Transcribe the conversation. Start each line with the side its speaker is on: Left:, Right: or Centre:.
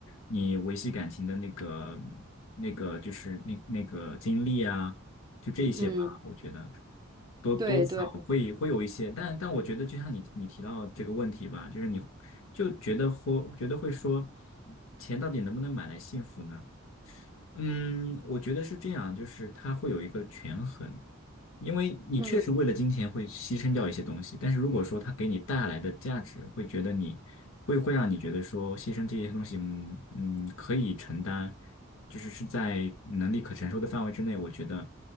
Left: 你维系感情的那个那个就是那那个精力啊，就这一些吧，
Right: 嗯，
Left: 我觉得多多少会会有一些，
Right: 对对，
Left: 但但我觉得就像你你提到这个问题吧，就是你就觉得或觉得会说，钱到底能不能买来幸福呢？嗯，我觉得是这样，就是它会有一个权衡，因为你确实为了金钱会牺牲掉一些东西，
Right: 嗯。
Left: 但是如果说它给你带来的价值，会觉得你会会让你觉得说牺牲这些东西，嗯嗯，可以承担，就是是在能力可承受的范围之内，我觉得